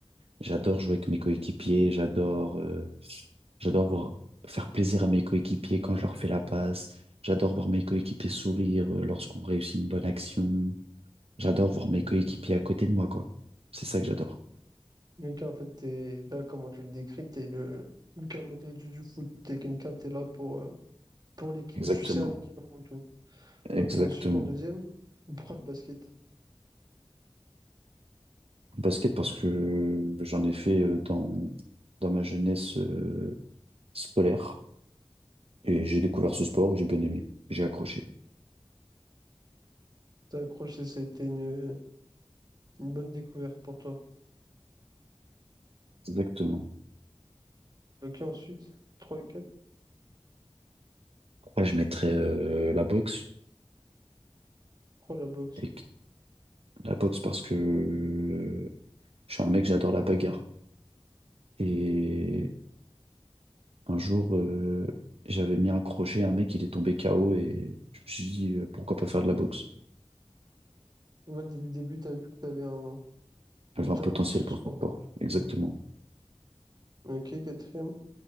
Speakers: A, on the right; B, on the right.
A: J'adore jouer avec mes coéquipiers, j'adore euh, j'adore voir faire plaisir à mes coéquipiers quand je leur fais la passe. J'adore voir mes coéquipiers sourire euh, lorsqu'on réussit une bonne action. J'adore voir mes coéquipiers à côté de moi, quoi. C'est ça que j'adore.
B: Lucas, en fait, t'es là, comment tu le décris, t'es le Lucas Modric du du foot. T'es quelqu'un, t'es là pour, euh, pour l'équipe,
A: Exactement,
B: tu sers l'équipe avant tout.
A: exactement.
B: Ok, ensuite, en deuxième, pourquoi le basket?
A: Basket parce que j'en ai fait euh, dans dans ma jeunesse euh, scolaire et j'ai découvert ce sport et j'ai bien aimé. J'ai accroché.
B: T'as accroché, ça a été une, une bonne découverte pour toi.
A: Exactement.
B: Ok, ensuite, trois et quatre
A: Pourquoi je mettrais euh, la boxe?
B: 3 la boxe.
A: Et que- la boxe parce que Je suis un mec, j'adore la bagarre. Et un jour, euh, j'avais mis un crochet un mec, il est tombé KO et je me suis dit, euh, pourquoi pas faire de la boxe?
B: Moi, dès le début, t'as vu que t'avais un...
A: J'avais
B: du talent
A: un potentiel
B: pour ce
A: pour
B: sport,
A: ce sport,
B: quoi.
A: exactement.
B: Ok, quatrième,